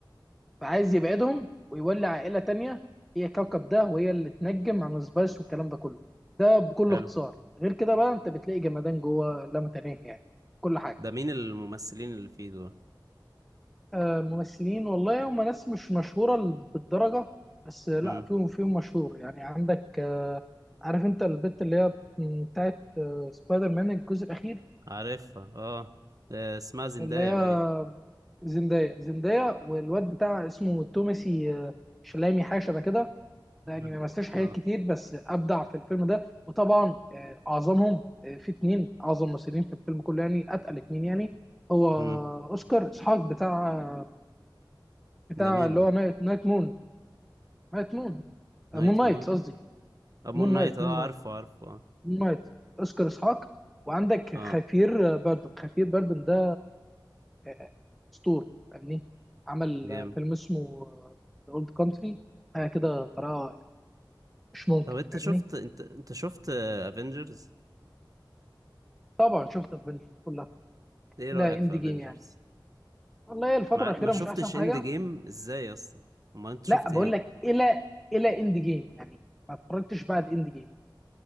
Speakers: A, in the centre; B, on the right.
A: فعايز يبعدهم ويولي عائلة تانية هي الكوكب ده وهي اللي تنجم عن السبايس والكلام ده كله ده بكل
B: حلو
A: اختصار غير كده بقى انت بتلاقي جمدان جوه لا متناهي يعني كل حاجة
B: ده مين الممثلين اللي فيه دول
A: آه ممثلين والله هم ناس مش مشهورة بالدرجة بس لا
B: امم
A: فيهم فيهم مشهور يعني عندك آه عارف انت البت اللي هي بتاعت آه سبايدر مان الجزء الأخير
B: عارفها اه آه، اسمها زندايا
A: اللي هي
B: باين
A: زندايا زندايا والواد بتاع اسمه توماسي آه، شلامي حاجة شبه كده
B: <laughs>
A: يعني ما مثلش حاجات
B: اه
A: كتير بس ابدع في الفيلم ده وطبعا آه، اعظمهم آه، في اتنين اعظم ممثلين في الفيلم كله يعني اتقل اتنين يعني هو
B: امم
A: اوسكار اسحاق بتاع بتاع
B: ده مين
A: اللي
B: ده
A: هو نايت نايت مون نايت مون
B: نايت
A: آه، مون نايت
B: مون
A: قصدي
B: امون
A: مون
B: نايت
A: نايت
B: اه
A: مون نايت
B: عارفه عارفه اه
A: مون نايت اوسكار اسحاق وعندك
B: اه
A: خفير آه، بردن خفير بردن ده آه، اسطوره يعني عمل
B: جامد
A: آه، فيلم اسمه ذا اولد كونتري حاجه كده طريقه مش ممكن
B: طب انت
A: فاهمني
B: شفت انت انت شفت افنجرز
A: طبعا شفت افنجرز كلها
B: ايه رأيك
A: الى اند
B: في افنجرز
A: جيم يعني والله الفترة
B: ما
A: الأخيرة
B: ما شفتش
A: مش أحسن حاجة
B: اند جيم ازاي يا اسطى امال انت شفت
A: لا بقول
B: ايه
A: لك إلى إلى إند جيم يعني ما اتفرجتش بعد إند جيم